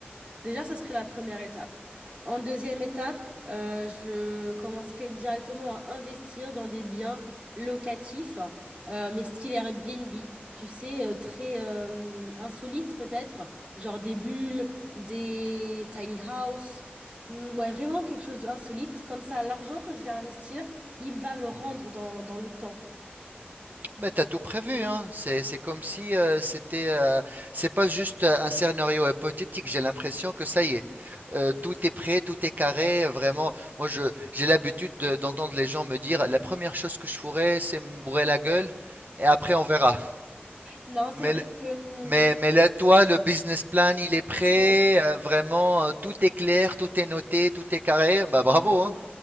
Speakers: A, on the right; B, on the right.
A: Déjà, ça serait la première étape. En deuxième étape, euh, je commencerai directement à investir dans des biens locatifs, euh, mais style Airbnb, tu sais, euh, très euh, insolite peut-être, genre des bulles, des tiny house, Hmm, ouais, vraiment quelque chose d'insolite. Comme ça, l'argent que je vais investir, il va me rendre dans, dans le temps.
B: Mais t'as tout prévu, hein. C'est, c'est comme si euh, c'était, euh, c'est pas juste euh, un scénario hypothétique. J'ai l'impression que ça y est, Euh, tout est prêt, tout est carré. euh, Vraiment, moi, je, j'ai l'habitude de- d'entendre les gens me dire, la première chose que je ferai, c'est me bourrer la gueule, et après on verra.
A: Non,
B: Mais,
A: c'est vrai
B: l-
A: que...
B: mais, mais là, toi, le business plan, il est prêt.
A: hum,
B: euh, vraiment, euh, tout est clair, tout est noté, tout est carré. Bah bravo, hein.